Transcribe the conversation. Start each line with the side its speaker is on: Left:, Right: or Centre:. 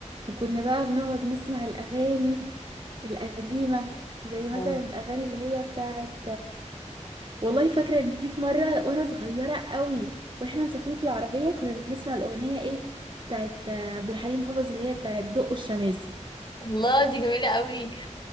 Right: وكنا بقى بنقعد نسمع الاغاني القديمة زي مثلا
Left: اه
Right: الاغاني اللي هي بتاعت والله فاكرة ان في في مرة وانا صغيرة قوي واحنا مسافرين في العربية كنا بنسمع الاغنية ايه بتاعت عبد الحليم حافظ اللي هي بتاعت دق الشماسي
Left: الله دي جميلة قوي